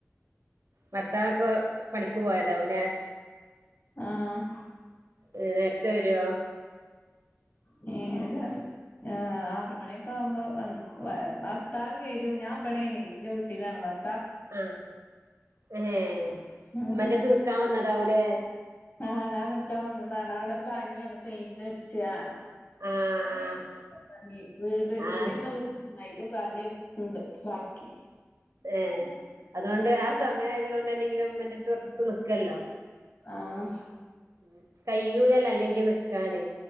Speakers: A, on the right; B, on the left.
A: ഭർത്താവൊക്കെ പണിക്ക് പോയതാവുല്ലെ?
B: ആഹ്
A: ഏഹ് നേരത്തെ വെരുവോ?
B: നേരം ആഹ് ആഹ് ആറ് മണിയൊക്കെ ആവുമ്പോ വൻ ഭർത്താവ് വെരും ഞാൻ എബടെയാണെ ഇന്റെ വീട്ടിലാണ് ഭർ
A: ആഹ് ഏഹ
B: ഉം
A: ഉമ്മന്റെടുത്ത് നിക്കാവന്നതാവുലെ?
B: ആഹ് ഞാൻ നിക്കാൻ വന്നതാണ് അവിടെ പണിയാണ് പെയിന്റ് അടിച്ചാ
A: ആഹ് ആഹ്
B: പണി വീട് <unintelligible>
A: ആഹ്
B: അയില് പണിയെട്ക്ക്ണ്ട് ബാക്കി
A: ഏഹ് അതുകൊണ്ട് ആ സമയ ഇള്ളെണ്ടെങ്കിലും ഉമ്മാന്റെടുത്ത് കൊറച്ചൂസം നിക്കല്ലോ.
B: ആഹ്
A: ഉം കയ്യൂലല്ലോ അല്ലെങ്കി നിക്കാന്